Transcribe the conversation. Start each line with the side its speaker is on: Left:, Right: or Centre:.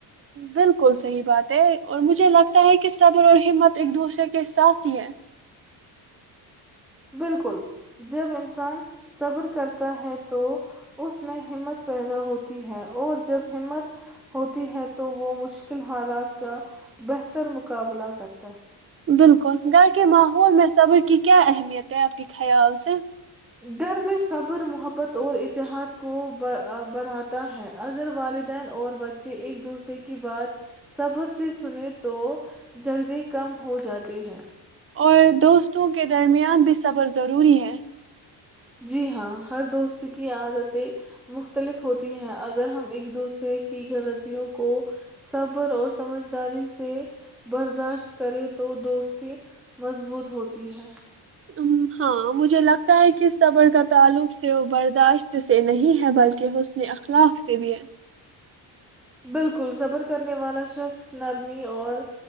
Right: بالکل صحیح بات ہے اور مجھے لگتا ہے کہ صبر اور ہمت ایک دوسرے کے ساتھ ہی ہے
Centre: بالکل جب انسان صبر کرتا ہے تو اس میں ہمت پیدا ہوتی ہے اور جب ہمت ہوتی ہے تو وہ مشکل حالات کا بہتر مقابلہ کرتا ہے
Right: بالکل گھر کے ماحول میں صبر کی کیا اہمیت ہے آپ کے خیال سے
Centre: گھر میں صبر محبت اور اتحاد کو بڑھاتا ہے اگر والدین اور بچے ایک دوسرے کی بات صبر سے سنے تو جگے کم ہو جاتے ہیں
Right: اور دوستوں کے درمیان بھی صبر ضروری ہے
Centre: جی ہاں ہر دوست کی عادتیں مختلف ہوتی ہیں اگر ہم ایک دوسرے کی غلطیوں کو صبر اور سمجھداری سے برداشت کریں تو دوستی مضبوط ہوتی ہے
Right: <inaudible>
Centre: بالکل صبر کرنے والا شخص نرمی اور